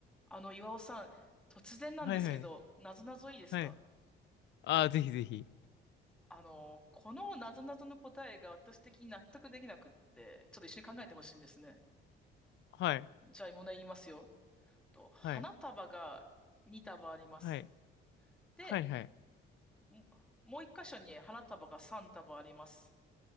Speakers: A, in the centre; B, on the left.
A: あの、岩尾さん、突然なんですけど、
B: はいはい。
A: なぞなぞいいですか
B: はい。ああ、ぜひぜひ。
A: あの、このなぞなぞの答えが私的に納得できなくって、ちょっと一緒に考えてほしいんですね。
B: はい。
A: じゃあ、問題言いますよ。と、花束が2束あります。
B: はい。はい。
A: で、
B: はい。はい。
A: ももう1箇所に花束が3束あります。